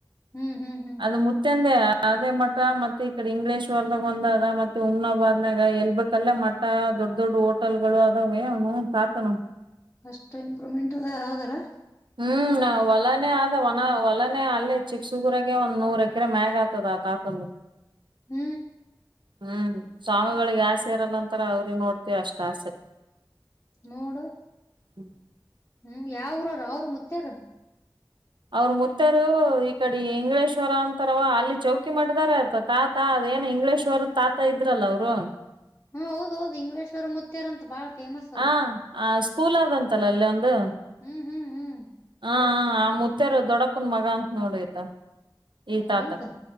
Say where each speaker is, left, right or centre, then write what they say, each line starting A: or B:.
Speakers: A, on the left; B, on the right.
A: ಹ್ಮ್ ಹ್ಮ್ ಹ್ಮ್ ಹ್ಮ್
B: ಅದು ಮುತ್ಯಂದೆ ಅಅ ಅದೇ ಮಠಾ ಮತ್ತೆ ಈ ಕಡೆ ಇಂಗಳೇಶ್ವರದಾಗ ವಂದದ ಮತ ಹುಮ್ನಾಬಾದಾಗ ಎಲ್ ಬೇಕಾದಲ್ಲಿ ಮಠದ ದೊಡ್ಡ ದೊಡ್ಡು ಹೋಟೆಲ್ ಗಳು ಅದಾವೇ ಅವನು ತಾತನು
A: ಅಷ್ಟು ಇಂಪ್ರೂವ್ಮೆಂಟ್ ಅದು ಆಧಲ್ಲ
B: ಹೂ ಹೊಲಾನೆ ಆದ ಒಣಾ ಹೊಲಾನೆ ಅಲ್ಲೇ ಚಿಕ್ಕ ಸೂರಾಗೆನೇ ಒಂದು ನೂರು ಎಕ್ರೆ ಮ್ಯಾಗ ಆಗತ್ತದ ಆ ತಾತದು
A: ಹೂ
B: ಹೂ ಸ್ವಾಮಿಗಳಿಗೆ ಆಸೆಇರಲೇನ್ <unintelligible> ತರ ಅವ್ರೆ ನೋಡ್ಕೆ ಎಷ್ಟ್ ಆಸೆ
A: ನೋಡು
B: ಹ್ಮ್
A: ಹುಂ ಯಾವುರೋರ್ ಅವ್ರು ಮುತ್ಯಾರ್
B: ಅವ್ರ್ ಮುತ್ಯಾರು ಇಕಾಡಿ ಇಂಗಳೇಶ್ವರ ಅಂತಾರವಾ ಅಲ್ಲಿ ಚೌಕಿಮಠದಾರ ತಾತ ಅದೇನ್ ಇಂಗಳೇಶ್ವರದ್ ತಾತ ಇದ್ರಲ್ಲ ಅವ್ರು
A: ಹೂಂ ಹೌದು ಹೌದ ಇಂಗ್ಲೀಶ್ವರ ಮುತ್ಯಾರ ಅಂತ ಅವ್ರ್ ಬಾಳ್ ಫೇಮಸ್ ಅವ್ರು
B: ಆ ಆ ಸ್ಕೂಲ್ ಅದ ಅಂತಲ್ಲ ಅಲ್ಲೊಂದು
A: ಹ್ಮು ಹ್ಮು
B: ಹಾ ಹಾ ಮುತ್ಯಾರ ದೊಡ್ಡಪ್ಪನ ಮಗ ಅಂತ್ ನೋಡ ಈತ ಈ ತಾತ
A: ಹೌದಾ